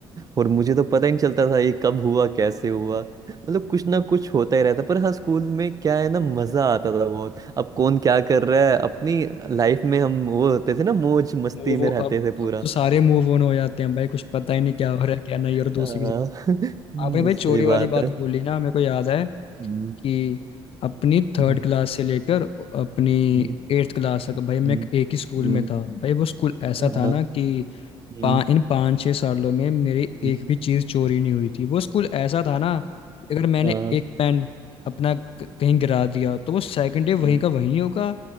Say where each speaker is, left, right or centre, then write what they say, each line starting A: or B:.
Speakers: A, on the right; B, on the left.
A: और मुझे तो पता ही नहीं चलता था ये कब हुआ कैसे हुआ मतलब कुछ ना कुछ होता ही रहता पर हाँ स्कूल में क्या है ना मजा आता था बहुत अब कौन क्या कर रहा है अपनी लाइफ में हम वो होते थे ना मौज मस्ती
B: मूव
A: में
B: अब
A: रहते थे पूरा
B: अब तो सारे मूव ऑन हो जाते हैं भाई कुछ पता ही नहीं क्या हो रहा है क्या नहीं
A: हाँ,
B: और दूसरी किसी
A: <laughs> हम्म,
B: आपने भाई
A: सही
B: चोरी
A: बात
B: वाली बात
A: है
B: बोली ना मेरे को याद है
A: हम्म,
B: कि अपनी थर्ड
A: हम्म,
B: क्लास से लेकर अपनी
A: हम्म,
B: एट्थ क्लास तक भाई मैं
A: हम्म,
B: एक ही स्कूल
A: हम्म,
B: में था भाई वो स्कूल ऐसा
A: हाँ
B: था ना कि
A: हम्म,
B: पा, इन पाँच छः सालों में मेरी
A: हम्म,
B: एक भी चीज़ चोरी नहीं हुई थी वो स्कूल ऐसा था ना अगर मैंने
A: हाँ,
B: एक पेन अपना क- कहीं गिरा
A: हम्म,
B: दिया तो वो सेकंड डे वहीं
A: हम्म,
B: का वहीं होगा